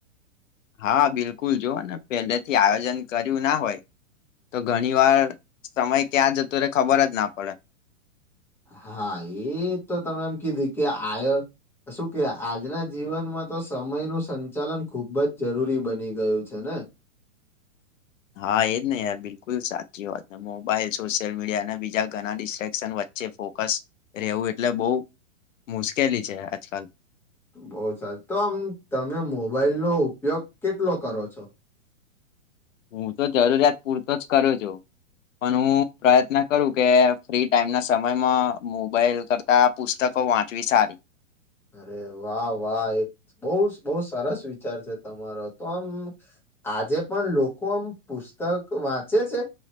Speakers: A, on the left; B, in the centre.
A: હા બિલકુલ જોઓ ને પેલે થી આયોજન કર્યું ના હોય તો ઘણી વાર સમય ક્યાં જતો રે ખબર જ ના પડે
B: હા એ તો તમે એમ કીધી કે આયો શું કે આજના જીવનમાં તો સમયનું સંચાલન ખુબ જ જરૂરી બની ગયું છે ને <inaudible>
A: હા એજ ને યાર બિલકુલ સાચ સાચી વાત ને મોબાઈલ સોશિયલ મીડિયા અને બીજા ઘણા ડિસ્ટ્રેકસન વચ્ચે ફોકસ રહેવું એટલે બઉ મુશ્કેલી છે આજકાલ
B: બહુ સાચ તો આમ તમે મોબાઈલ નો ઉપયોગ કેટલો કરો છો
A: હું તો જરૂરિયાત પૂરતો જ કરું છું પણ હું પ્રયત્ન કરું કે ફ્રી ટાઈમ ના સમયમ મોબાઈલ કરતા પુસ્ત કો વાંચવી સારી
B: અરે વાહ વાહ એક બોર બઉ સરસ વિચાર છે તમારો તો આમ આજે પણ લોકો આમ પુસ્તક વાંચે છે